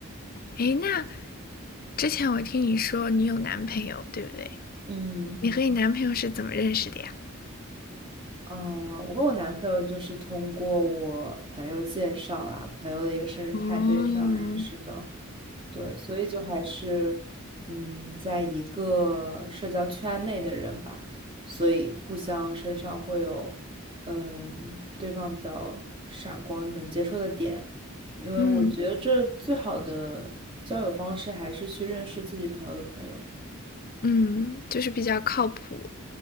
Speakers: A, on the left (about 45°); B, on the right (about 25°).
A: 诶，那之前我听你说你有男朋友，对不对？
B: 嗯
A: 你和你男朋友是怎么认识的呀？
B: 啊，我跟我男朋友就是通过我朋友介绍啊，朋友的一个生日派对上认识的。
A: 嗯，
B: 对，所以就还是，嗯，在一个社交圈内的人吧，所以互相身上会有，嗯，对方比较闪光能接受的点，因为我觉得这最好的交友方式还是去认识自己朋友的朋友，
A: 嗯嗯，就是比较靠谱，